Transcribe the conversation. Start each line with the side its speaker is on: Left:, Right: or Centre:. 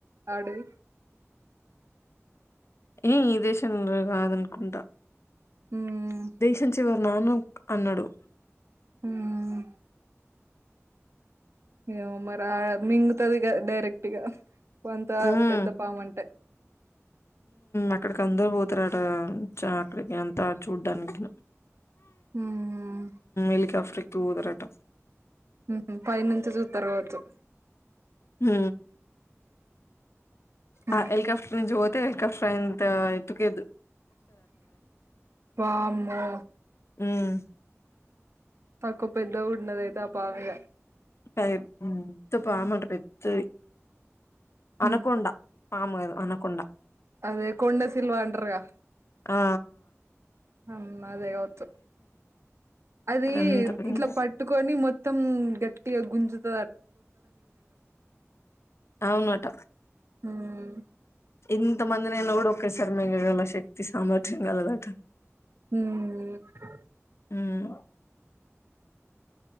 Right: అడవి
Left: ఏ ఈ దేశంలో గాదన్కుంటా
Right: ఉమ్
Left: దేశం చివ నాను అన్నడు
Right: మ్ ఏవొ మర్ ఆ మింగుతదిగ డైరెక్ట్గా కొంత
Left: ఉమ్
Right: పెద్ద పాము అంటే
Left: అక్కడికి అందరుూ పోతరట చ అక్కడికి ఎంత చూడ్డానికి
Right: ఉమ్
Left: ఎలికాఫ్ర్టెకి వోతరట
Right: మ్ మ్ పైనుంచి చూస్తరు కావచ్చు
Left: మ్ ఆ
Right: ఉమ్
Left: ఎలికాప్ట్ర్ నుంచి వొ ంతక ఫ ఇంత ఎటుకేదు
Right: వామ్మో
Left: మ్
Right: తక్కువ పెద్ద గుండదైతే ఆ పామిగ
Left: పెద్ద పాముంట పెద్దది అనకొండా
Right: ఉమ్
Left: పాముగదె అనకొండ
Right: అదే కొన్నసిల్వాంటర్గా
Left: ఆ
Right: అమ్ అదే గావచ్చు అది
Left: అంత పెద్దగుంటది
Right: ఇట్లా పట్టుకొని మొత్తం గట్టిగా గుంజుత
Left: అవునట
Right: హ్మ్
Left: ఇం ఇంత మంది నే కూడా ఒకే సార్ మింంగల శక్తి సామర్థ్యం కలదట
Right: ఉం
Left: మ్